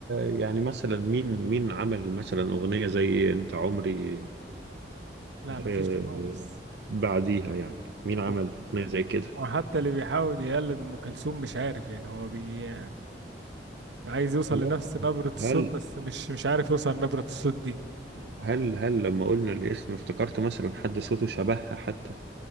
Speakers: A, on the right; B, on the right.
A: يعني مثلا مين مين عمل مثلا أغنية زي انت عمري
B: لا مفيش
A: آه
B: خالص
A: بعديها يعني مين عمل
B: و-
A: أغنية زي كده
B: وحتى اللي بيحاول يقلد ام كلثوم مش عارف يعني هو بي عايز يوصل
A: لا
B: لنفس نبره الصوت
A: هل
B: بس مش مش عارف يوصل لنبره الصوت دي
A: هل هل لما قلنا الاسم افتكرت مثلا حد صوته شبهها حتى